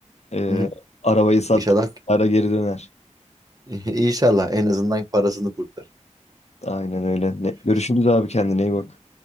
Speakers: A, on the left; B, on the right.
A: e,
B: Hı hı.
A: arabayı sat,
B: İnşallah,
A: ara geri döner.
B: <laughs> inşallah en azından parasını kurtarır.
A: Aynen öyle.
B: Görüşürüz.
A: Ne, görüşürüz abi kendine iyi bak.